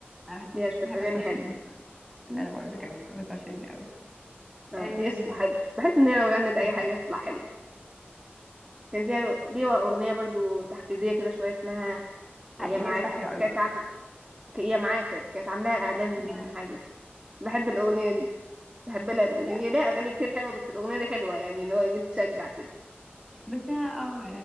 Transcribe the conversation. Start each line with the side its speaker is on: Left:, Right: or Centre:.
Centre: انا بحب
Right: ليها شويه
Centre: بحب
Right: اغاني
Centre: اسمع شيرين
Right: حلوه
Centre: انا
Right: مم.
Centre: برضه كمان بسمع شيرين قوي
Right: اه
Centre: إيه
Right: هي صوتها حلو بحس ان هي لو غنت اي حاجه تطلع حلوه كان فيها ليها اغنيه برضه تحفيزيه كده شويه اسمها يا
Centre: حقيقي
Right: معافر
Centre: هي صوتها حلو قوي
Right: كانت
Centre: بصراحة.
Right: عامله ك- يا معافر كانت عاملاها اعلان
Centre: لا
Right: حاجه بحب الاغنيه دي بحب لها الاغنيه
Centre: لا
Right: دي ليها اغاني كتير حلوه بس الاغنيه دي حلوه يعني اللي هو بتشجع كده
Centre: بس انا اه